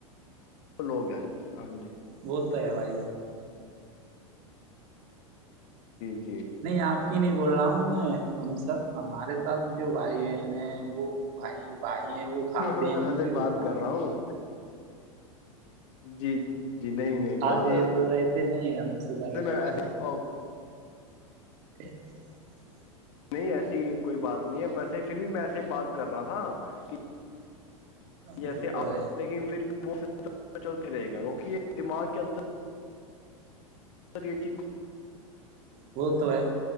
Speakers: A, on the left (about 60°); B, on the right (about 50°).
A: وہ لوگ ہیں جی ہاں ج
B: وہ تو ہے بھائی یہ
A: جی
B: نہیں آپ کو نہیں بول رہا ہوں میں ہم سب ہمارے ساتھ جو بھائی بہن ہے وہ بھائی بھائی ہیں وہ کھاتے
A: میں
B: ہیں
A: تو
B: ان
A: ویسے
B: کی
A: ہی
B: بول
A: بات کر
B: میں۔
A: رہا ہوں جی ج جی نہیں نہیں ب
B: آپ یہ بول رہے نہیں سدھر گئے
A: میں
B: تھے،
A: ای ا
B: <inaudible>
A: نہیں ایسی کوئی بات نہیں ہے ویسے پھر بھی میں ایسے بات کر رہا تھا کہ جیسے
B: وہ تو
A: آپ
B: ہے
A: لیکن پھر بھی وہ سسٹم چلتے رہے گا کیکہ یہ دماغ کے اندر سر یہ چ
B: وہ تو ہے